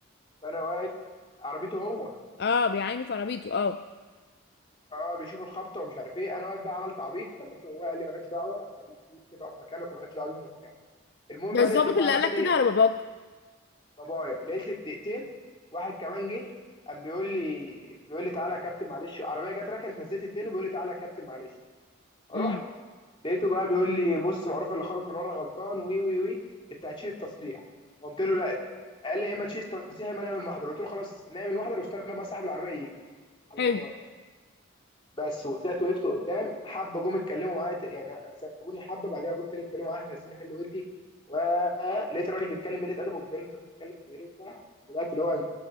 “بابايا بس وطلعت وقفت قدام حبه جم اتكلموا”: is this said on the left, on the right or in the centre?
Left